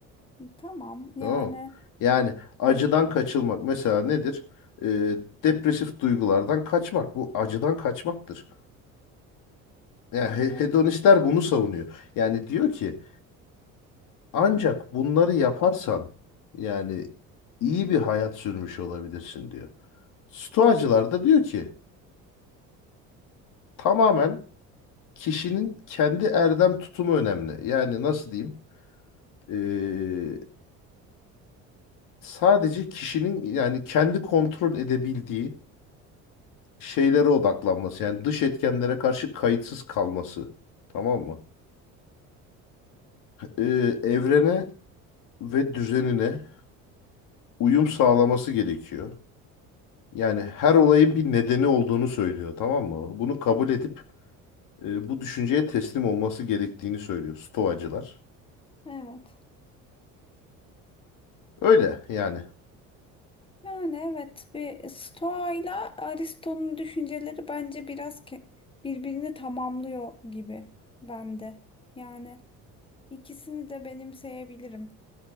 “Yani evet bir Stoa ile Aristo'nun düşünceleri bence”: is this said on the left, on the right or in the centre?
Left